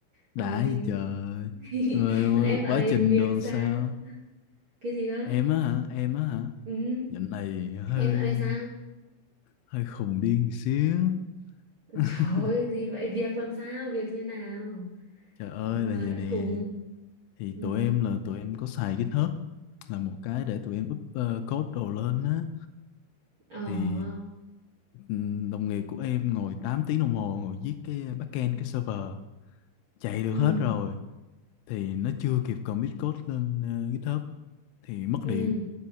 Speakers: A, on the right (about 45°); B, on the left (about 80°).
A: Ôi,
B: đã gì trời.
A: <laughs>
B: Rồi
A: còn em dạo
B: quá
A: này
B: trình
A: việc
B: đồn
A: sao?
B: sao?
A: Cái gì cơ?
B: Em á hả? Em á hả?
A: Ừ,
B: Dạo này hơi
A: em dạo này sao?
B: hơi khùng điên xíu. <laughs>
A: Trời ơi, gì vậy? Việc làm sao? Việc như nào?
B: Trời ơi
A: Mà
B: là vậy
A: lại
B: nè.
A: khùng.
B: Thì
A: Ừ,
B: tụi em là tụi em có xài GitHub là một cái để tụi em up ờ, code đồ lên á.
A: ờ,
B: thì ừm, đồng nghiệp của em ngồi 8 tiếng đồng hồ ngồi viết cái backend cái server chạy được
A: ừ,
B: hết rồi thì nó chưa kịp commit code lên ờ, GitHub thì mất
A: ừ.
B: điện